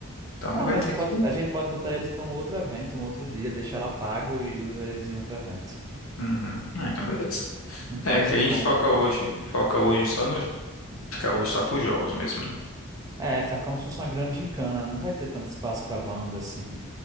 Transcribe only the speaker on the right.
Ah,
mas
pode,
a gente pode botar eles para um outro evento, um outro dia, deixa ela pago e usa eles em outro evento.
Um pós-encontro.
É, faz como se fosse uma grande gincana, não vai ter tanto espaço para banda assim.